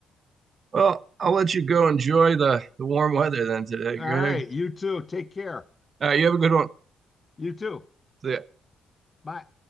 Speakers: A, on the right; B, on the left.
A: Well, I'll let you go enjoy the the warm weather then today,
B: All
A: Greg.
B: right, you too. Take care.
A: Uh, you have a good one.
B: You too.
A: See ya.
B: Bye.